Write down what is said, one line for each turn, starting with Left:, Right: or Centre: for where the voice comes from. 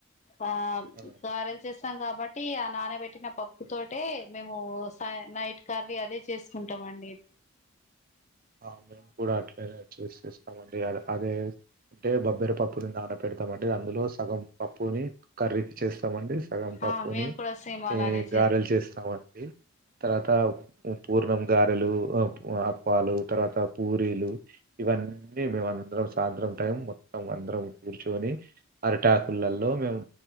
Left: ఆ
Right: అయి
Left: గారెలు చేస్ తం కాబట్టి ఆ నానబెట్టిన పప్పు తోటే మేము స-నైట్ కర్రి అదే చేసుకుంటాం అండి
Right: ఆ మేము కూడా అట్లనే చేసి ఇస్తాంమండి అలా అదే అంటే బబ్బెర పప్పుని నాన పెడతామండి అందులో సగం పప్పుని కర్రీకి చేస్తామండి సగం పప్పుని
Left: ఆ మేము కూడా సేమ్ అలానే
Right: ఈ గారెలు చేస్తామండి తర్వాత పూర్ణం గారెలు ఆ ఉ అప్పాలు తర్వాత పూరీలు ఇవన్నీ మేమందరం సాయంత్రం టైం మొత్తం అందరం కూర్చొని అరిటాకులల్లో మేము